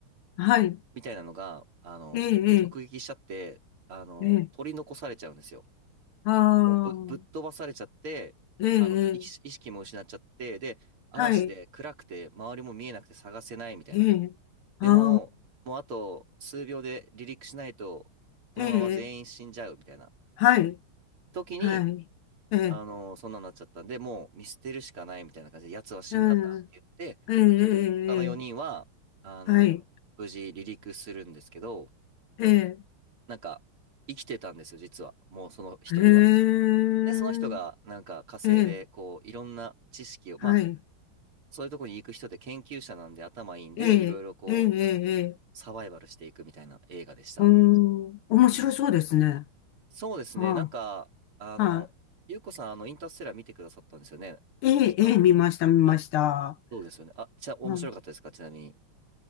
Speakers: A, on the left (about 80°); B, on the right (about 75°).
A: はい、
B: みたいなのが、あの、
A: ええ、
B: 直撃しちゃって、あの、
A: ええ。
B: 取り残されちゃうんですよ。
A: ええああ、
B: もうぶ、ぶっ飛ばされちゃって、
A: ええ、
B: あの、意識意識も失っちゃって、
A: ええ
B: で、嵐で暗くて周りも見えなくて探せないみたいな。
A: はい、ええ、
B: でも、
A: ああ、
B: もうあと数秒で離陸しないと、このまま全員死んじゃうみたいな
A: ええ、はい、
B: 時に、
A: はい、ええ、
B: あの、そんなになっちゃったんで、もう見捨てるしかないみたいな感じで、奴は死んだんだって言って、
A: うん、ええ、ええ、
B: 他の4人は、あの、
A: はい、
B: 無事離陸するんですけど、
A: ええ、
B: なんか、生きてたんですよ、実は。もうその1人は。
A: へえ、
B: で、その人がなんか火星でこういろんな知識を、
A: ええ、
B: まあ
A: はい、
B: そういうとこに行く人で研究者なんで頭いいんで、
A: ええ、
B: いろいろこう
A: ええ、ええ、ええ
B: サバイバルしていくみたいな映画でした。
A: うん、面白そうですね。
B: うん。そうですね。
A: は
B: なんか、あの、
A: い、は
B: ゆうこさん、あの、インターステラー見てくださったんですよね。
A: い、ええ、
B: 確か。
A: ええ、見ました、見ました。
B: あ、そうですよね。あ、じゃあ面白かったですかちなみに。
A: うん、